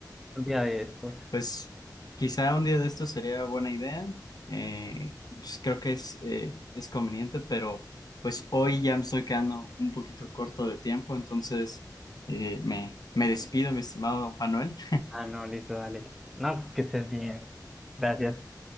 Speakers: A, in the centre; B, on the left.
A: Un día de estos.
B: Pues quizá un día de esto sería buena idea. Eh, pues, creo que es, eh, es conveniente, pero pues hoy ya me estoy quedando un poquito corto de tiempo, entonces eh, me, me despido, mi estimado Manuel.
A: Ah, no, listo, dale. No, que estés bien. Gracias.